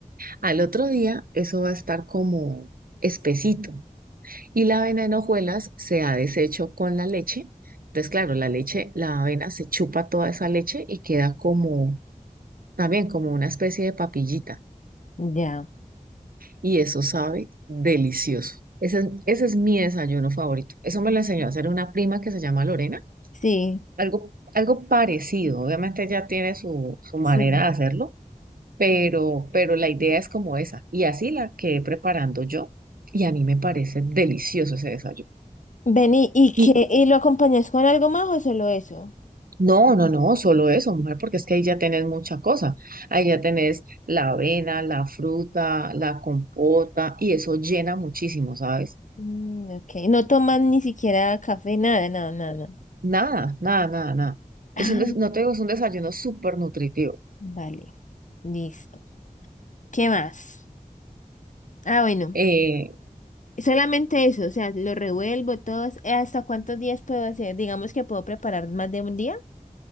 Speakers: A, on the right; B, on the left.
A: Al otro día eso va a estar como espesito y la avena en hojuelas se ha deshecho con la leche. Entonces, claro, la leche, la avena se chupa toda esa leche y queda como también como una especie de papillita.
B: ya,
A: y eso sabe delicioso. Ese es, ese es mi desayuno favorito. Eso me lo enseñó a hacer una prima que se llama Lorena.
B: sí.
A: Algo, algo parecido. Obviamente ella tiene su, su manera
B: sí.
A: de hacerlo, pero, pero la idea es como esa. Y así la quedé preparando yo. Y a mí me parece delicioso ese desayuno.
B: Vení, ¿y qué?
A: Y
B: ¿Y lo acompañas con algo más o solo eso?
A: no, no, no, solo eso, mujer, porque es que ahí ya tenés mucha cosa. Ahí ya
B: Ujú.
A: tenés la avena, la fruta, la compota, y eso llena muchísimo, ¿sabes?
B: Mm, ok, no toman ni siquiera café, nada, nada, nada. nada.
A: Nada, nada, nada, nada.
B: Ah,
A: Es un des- no te digo, es un desayuno súper nutritivo.
B: vale, listo. ¿Qué más? Ah, bueno,
A: Eh,
B: solamente eso, o sea, lo revuelvo todos. ¿Eh, ¿Hasta cuántos días puedo hacer? Digamos que puedo preparar más de un día,